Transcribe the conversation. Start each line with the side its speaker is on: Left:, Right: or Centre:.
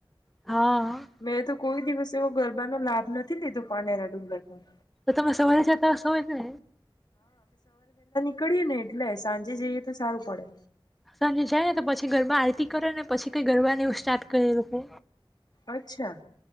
Centre: હા
Left: મેં તો કોઈ દિવસ. તે ગરબાનો લાભ નથી લીધો પાનેરા ડુંગરમાં.
Centre: તો તમે સવારે છેતા સ હોય ને.
Left: કરીને એટલે. સાંજે જઈએ તો સારું પડે
Centre: સાંજે જાય ને તો પછી ઘરબ કરે ને પછી કઈ ગરબની એવું સ્ટાર્ટ કરે લોકો.
Left: અચ્છા.